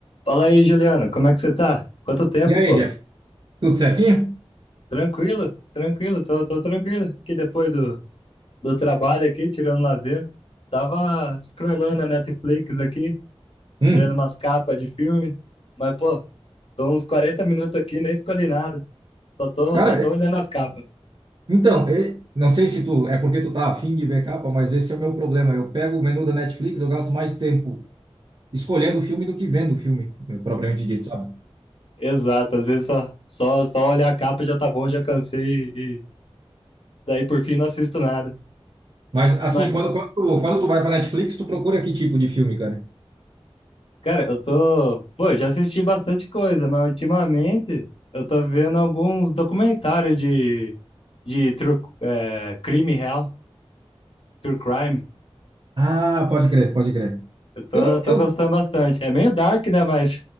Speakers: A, on the left; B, on the right.
A: Fala aí, Juliano, como é que você tá? Quanto tempo,
B: E aí,
A: pô?
B: Jeff? Tudo certinho?
A: Tranquilo, tranquilo, tô, tô tranquilo. Que depois do, do trabalho aqui, tirando lazer, tava scrollando a Netflix aqui,
B: Hum.
A: vendo umas capas de filme, mas, pô, tô uns 40 minutos aqui, nem escolhi nada, só tô,
B: Cara,
A: só tô
B: é-
A: olhando as capas.
B: então, é- não sei se tu é porque tu tá afim de ver capa, mas esse é o meu problema. Eu pego o menu da Netflix, eu gasto mais tempo escolhendo o filme do que vendo o filme, propriamente dito, sabe?
A: Exato, às vezes só, só, só olhar a capa já tá bom, já cansei e daí por fim não assisto nada.
B: Mas assim,
A: Mas
B: quando, quando, tu, quando tu vai pra Netflix, tu procura que tipo de filme, cara?
A: Cara, eu tô. Pô, eu já assisti bastante coisa, mas ultimamente eu tô vendo alguns documentários de, de true, é, crime real, true crime.
B: Ah, pode crer, pode crer.
A: Eu tô,
B: Eu não,
A: tô
B: eu,
A: gostando bastante. É meio dark, né? Mas